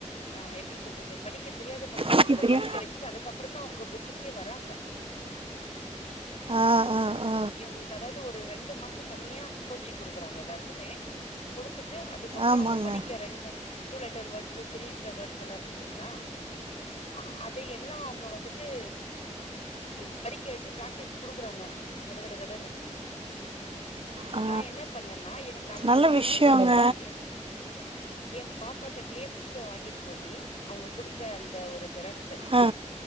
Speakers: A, on the left; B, on the right.
A: ஆ எப்டி சொல்றது படிக்க தெரியாத பசங்கள
B: ஓகே
A: கூட
B: பிரியா.
A: படிக்க வச்சிட்டு அதுக்கப்றந்தா அவங்க புக்குக்கே வராங்க
B: ஆ ஆ ஆ
A: இவங்களுக்கு அதாவது ஒரு ரெண்டு மாசோ தனியா கோச்சிங் குடுக்குறாங்க எல்லாருக்குமே குடுத்துட்டு அதுக் கப்றோ
B: ஆமாங்க.
A: அவங்க படிக்க ரெண்டு two letter words three letter வேர்ட்ஸெல்லா இருக்குலிங்ளா இல்லலைங்களா ஆ அத எல்லா அவங்க வந்துட்டு ம் படிக்க வச்சி பிராக்டிஸ் குடுக்குறாங்க கட கட கடனு
B: ஆ
A: நா என்னாப் பண்ணனா எனக்கு அந்த
B: நல்ல
A: சிஸ்டம்
B: விஷயங்க.
A: புடிச்சி ஏ பாப்பா கட்டயே புக்ஸ வாங்கிட்டு போயி அவங்க குடுத்த அந்த ஒரு ஜெராக்ஸ்ஸு
B: ஆ